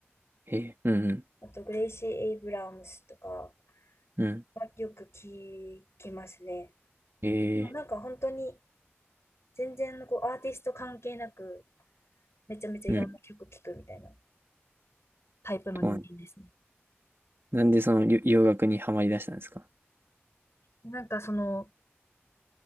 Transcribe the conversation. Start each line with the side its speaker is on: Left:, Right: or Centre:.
Right: へえ、うん、
Left: あと、グレイシー・エイブラムスとか
Right: うん、うん、
Left: はよく聞きますね。
Right: へえ、
Left: まあ、なんか本当に全然こうアーティスト関係なく、めちゃめちゃいろんな曲聴くみたいな。
Right: うん、
Left: タイプの人間ですね。
Right: とは、なんでそのりょ洋楽にはまり出したんですか
Left: なんかその